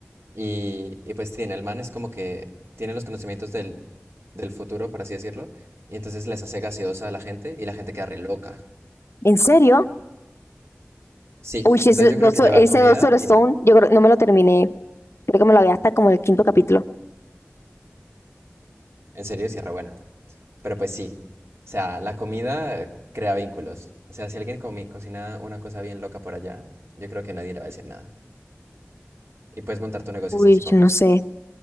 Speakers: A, on the right; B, on the left.
A: y, y pues tiene, el man es como que tiene los conocimientos del, del futuro, por así decirlo, y entonces les hace gaseosa a la gente y la gente queda re loca.
B: ¿En serio?
A: Sí,
B: Uy, ese
A: entonces yo
B: Doctor,
A: creo que llevar
B: ese
A: comida
B: Doctor
A: tiene,
B: Stone, yo creo, no me lo terminé. Creo que me lo había hasta como el quinto capítulo.
A: en serio, sí es re buena, pero pues sí, o sea, la comida eh, crea vínculos, o sea, si alguien comi- cocina una cosa bien loca por allá, yo creo que nadie le va a decir nada. Y puedes montar tu negocio
B: Uy,
A: de salchipapas,
B: no sé.